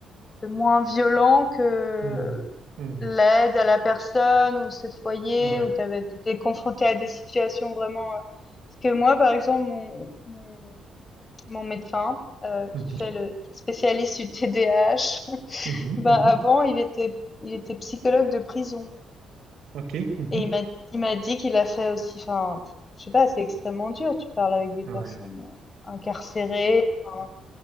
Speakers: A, on the left (about 30°); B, on the right (about 75°).
A: de moins violent que
B: hmm, hmm,
A: l'aide à la personne ou ce foyer
B: ouais.
A: où tu avais été confronté à des situations vraiment. euh, Parce que moi, par exemple, mon, mon, mon médecin euh, qui
B: Mhm,
A: fait le qui est spécialiste du T D A H <laughs>
B: mhm,
A: ben
B: mhm.
A: avant, il était il était psychologue de prison
B: OK. mhm.
A: et il m'a il m'a dit qu'il a fait aussi. Enfin, je sais pas, c'est extrêmement dur. Tu parles avec des
B: Ouais.
A: personnes euh, incarcérées. enfin,